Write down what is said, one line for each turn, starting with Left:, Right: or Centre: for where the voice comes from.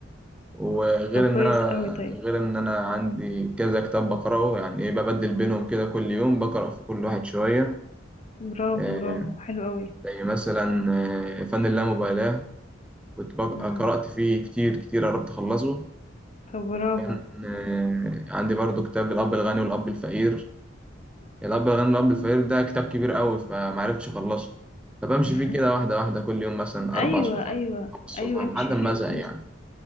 Centre: وغير
Left: طب كويس
Centre: إن أنا
Left: قوي طيب
Centre: غير إن أنا عندي كذا كتاب بقرأه يعني إيه ببدل بينهم كده كل يوم بقرأ في كل واحد شوية
Left: برافو
Centre: آه،
Left: برافو حلو قوي
Centre: زي مثلا آه، فن اللامبالاة كنت بق-
Left: امم
Centre: قرأت فيه كتير كتير قربت أخلصه
Left: طب برافو
Centre: آه، عندي برضو كتاب الأب الغني والأب الفقير الأب الغني والأب الفقير ده كتاب كبير قوي فمعرفتش أخلصه فبمشي
Left: <laughs>
Centre: فيه كده واحدة واحدة كل يوم مثلا
Left: ايوه
Centre: أربع صفح
Left: ايوه
Centre: خمس صفح
Left: ايوه امشي
Centre: لحد ما
Left: فيه
Centre: أزهق
Left: بص
Centre: يعني